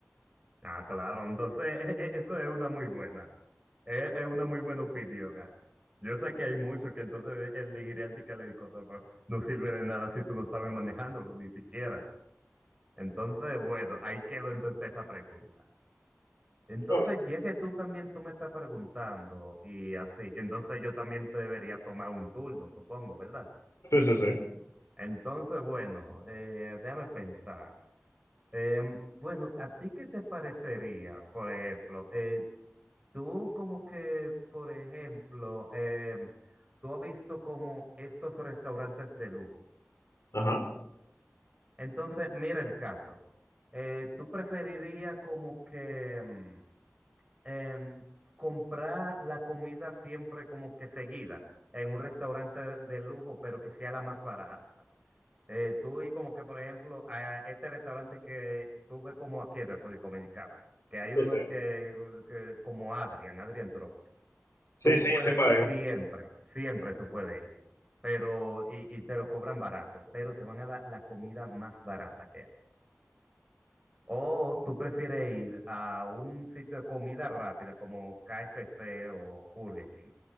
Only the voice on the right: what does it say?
Ah, claro, entonces e- e- eso es una muy buena, sí. Es, es una muy buena opinión. ahí. Yo sé que hay muchos que entonces elegirán que el helicóptero, pero no sirve de nada si tú no sabes manejándolo, ni siquiera. Entonces, bueno, ahí quedó entonces esa pregunta. Entonces,
ya que tú también tú me estás preguntando y así, entonces yo también te debería tomar un turno, supongo, ¿verdad?
Entonces, bueno, eh, déjame pensar. Em, bueno, ¿a ti qué te parecería, por ejemplo? eh, tú como que, por ejemplo, em, tú has visto como estos restaurantes de lujo.
Entonces, mira el caso. Eh, ¿tú preferirías como que... mm, em, comprar la comida siempre como que seguida en un restaurante de lujo, pero que sea la más barata. Eh, tú y como que, por ejemplo, a este restaurante que tuve como aquí en República Dominicana, que
hay uno
que, que como Adrian, Adrian Tropical.
Tú
puedes
ir siempre, siempre tú puedes ir, pero, y, y te lo cobran barato, pero te van a dar la comida más barata que hay. ¿O tú prefieres ir a un sitio de comida rápida como KFC o Burger King